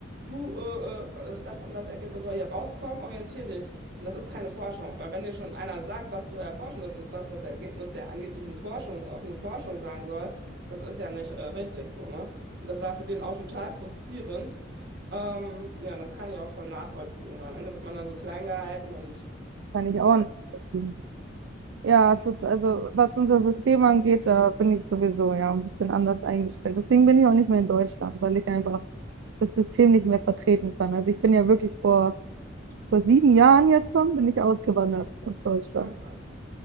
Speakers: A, on the right; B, on the right.
A: du, äh, äh, äh, das und das Ergebnis soll hier rauskommen, orientier dich. Und das ist keine Forschung. Weil wenn dir schon einer sagt, was du erforschen wirst und was das Ergebnis der angeblichen Forschung, offenen Forschung sein soll, das ist ja nicht äh, richtig so, ne? Und das war für den auch total frustrierend. Ähm, ja, und das kann ich auch voll nachvollziehen, weil am Ende wird man dann so klein gehalten und
B: Kann ich
A: ja,
B: auch nicht. nachvollziehen. Ja, es ist also, was unser System angeht, da bin ich sowieso ja ein bisschen anders eingestellt. Deswegen bin ich auch nicht mehr in Deutschland, weil ich einfach das System nicht mehr vertreten kann. Also ich bin ja wirklich vor, vor sieben Jahren jetzt schon, bin ich ausgewandert aus Deutschland.
A: na krass.